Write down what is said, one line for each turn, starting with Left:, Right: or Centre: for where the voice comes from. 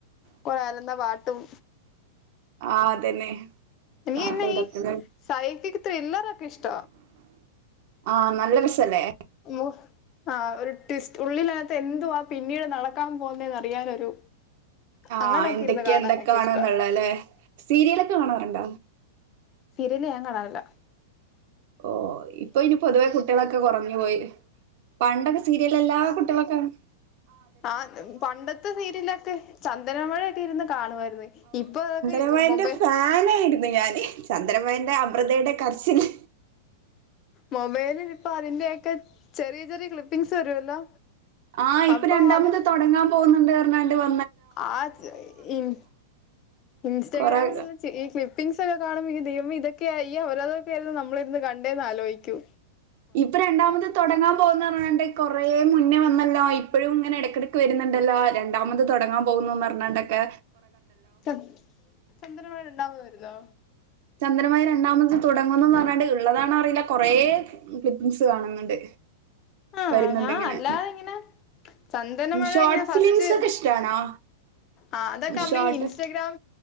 Left: കൊറാലന്ന പാട്ടും
Right: ആ അതന്നെ
Left: നീയെനായി
Right: പാട്ടും ഇതൊക്കെ
Left: <unintelligible> ല്ലാറോക്കേ ഇഷ്ട
Right: ആ നല്ല രസില്ലേ
Left: ഇമ്മോ ആ ഒരു ട്വിസ്റ്റ് ഉള്ളിൽ അനത്ത് എന്തുവാ ആ പിന്നീട് നടക്കാൻ പോവുനെന്ന് അറിയാനൊരു
Right: ആ
Left: അങ്ങനൊക്കെ
Right: എന്തൊക്കെയ
Left: ഇരുന്ന് കാണാനൊക്കെ
Right: എന്തൊക്കവാണ്
Left: ഇഷ്ട
Right: എന്നുള്ള അല്ലെ സീരിയലൊക്കെ കാണാറുണ്ട
Left: സിരിയല് ഞാൻ കാണറില്ല
Right: ഓ ഇപ്പൊ ഇനി പൊതുവെ കുട്ടികളൊക്കെ കുറഞ്ഞു പോയി പണ്ടൊക്കെ സീരിയൽ എല്ലാ കുട്ടികളൊക്കൊണ്
Left: ആ പണ്ടത്തെ സീരിലൊക്കെ ചന്ദനമഴയക്കെ ഇരുന്ന് കാണുവാരുന്ന് ഇപ്പൊ അതൊക്കെ
Right: ചന്ദനമഴയെന്റെ
Left: മൊബൈ
Right: ഫാനായിരുന്നു ഞാന് ചന്ദനമഴന്റെ അമൃതയുടെ കർച്ചില്
Left: മൊബൈലിൽ ഇപ്പൊ അതിന്റെക്കെ ചെറിയ ചെറിയ ക്ലിപ്പിങ്സ് വരുവല്ലോ
Right: ആഹ് ഇപ്പൊ
Left: അപ്പൊ
Right: രണ്ടാമത്
Left: അത്
Right: തൊടങ്ങാൻ പോന്നുണ്ട്റഞ്ഞാണ്ടിപോ
Left: ആ ജ് ഇൻ ഇൻസ്റ്റാഗ്രാമില്ള്ള
Right: കൊറെ
Left: ച് ഈ ക്ലിപ്പിംഗ്സ് ഒക്കെ കാണുമ്പോക്ക് ദൈവമേ ഇതൊക്കെയായി ഈ അവരാധോക്കെ ആയിരുന്നു നമ്മ്ളിരുന്ന് കണ്ടേന്ന് ആലോയ്ക്കു
Right: ഇപ്പൊ രണ്ടാമത് തൊടങ്ങാൻ പോന്ന് പറഞ്ഞ്ണ്ട് കൊറെ മുന്നേ വന്നല്ലോ ഇപ്പോഴും ഇങ്ങനെ എടയ്ക്കെടക്ക് വരുന്നുണ്ടല്ലോ രണ്ടാമത് തൊടങ്ങാ പോകുന്നൂന്ന് പറഞ്ഞാണ്ടൊക്കെ
Left: ചം ചന്ദനമഴ രണ്ടാമത് വരുന്നോ
Right: ചന്ദനമയ രണ്ടാമത് തുടങ്ങുന്നൂന്ന് പറഞ്ഞാണ്ട് ഇള്ളതാണോ അറീല്ല കൊറെേ ക്ലിപ്പിങ്സ് കാണുന്നുണ്ട്
Left: ആഹ്
Right: വരുന്നുണ്ടിങ്ങനെ
Left: ഞാ അല്ലാതെ ഇങ്ങനെ ചനന്ദനമഴ
Right: ഷോർട്ട്
Left: ഇങ്ങനെ ഫസ്റ്റ്
Right: ഫിലിംസ് ഒക്കെ ഇഷ്ടാണോ
Left: ആഹ് അതൊക്കെ അമ്മള്ഈ
Right: ഷോർട്ട്
Left: ഇൻസ്റ്റഗ്രാം